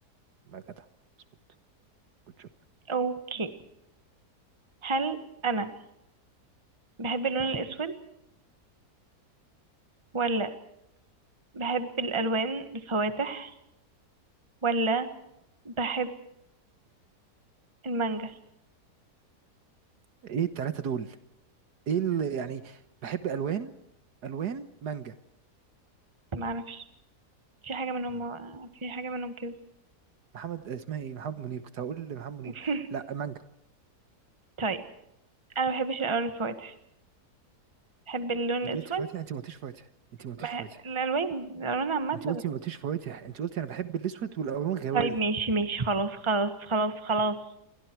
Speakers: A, on the right; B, on the right.
A: ما جدع مظبوط جود جوب
B: اوكي هل انا بحب اللون الاسود ولا بحب الالوان الفواتح ولا بحب المانجا
A: ايه التلاتة دول ايه اللي يعني بحب الوان الوان مانجا
B: ما اعرفش في حاجه منهم
A: مم.
B: في حاجه منهم كده
A: محمد اسمها ايه محمد منير كنت هقول لمحمد
B: <laughs>
A: منير لا مانجا
B: طيب انا ما بحبش الالوان الفواتح بحب اللون
A: انت
B: الاسود
A: قلتي فواتح انت ما قلتيش فواتح انت ما قلتيش
B: بح...
A: فواتح
B: الالوان الالوان عامه
A: انت قلتي ما قلتيش فواتح انت قلتي انا بحب الاسود والالوان غوامي
B: طيب ماشي ماشي خلاص خلاص خلاص خلاص